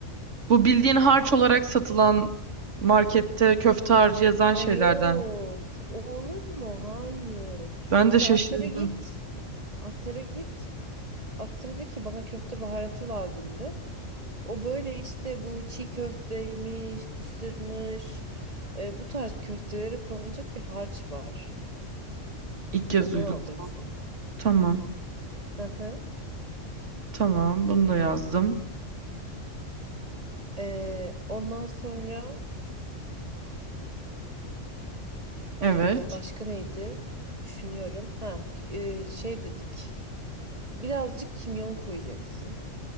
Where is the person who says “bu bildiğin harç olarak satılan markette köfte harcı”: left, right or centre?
Right